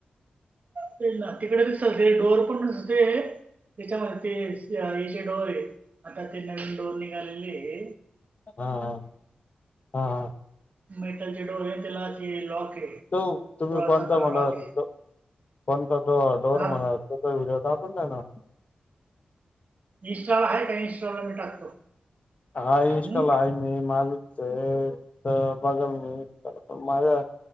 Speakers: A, on the right; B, on the left.
A: ते ना तिकडे दिसलते डोअर पण असते त्याच्यामध्ये साईज डोर आहे आता ते नवीन डोर निघालेली हे
B: हा हम हा हम
A: मेटलचे डोरे अन तेला ते लॉक आहे
B: तो
A: सोळा
B: तुम्ही कोणता
A: सतरा
B: म्हणालात
A: लॉक आहे
B: तो पण तो जो डोर
A: हा
B: म्हणायचं हे च्यात आपण हा ना
A: इन्स्ट्राला आहे काय इन्स्ट्राला मी टाकतो
B: हाय इंस्टॉला
A: हम्म
B: आहे मी माझ ते तर बघल मी पण माझ्या